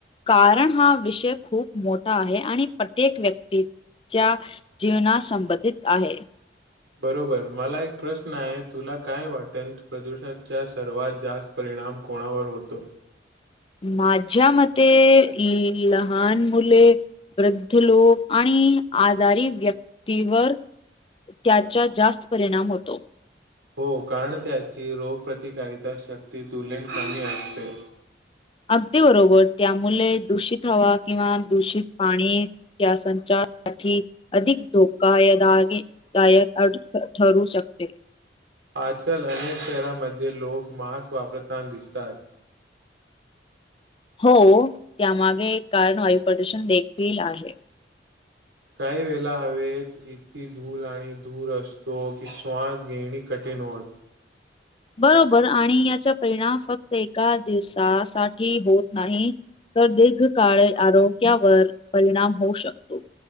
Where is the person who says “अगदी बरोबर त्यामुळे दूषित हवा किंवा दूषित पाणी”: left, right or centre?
Left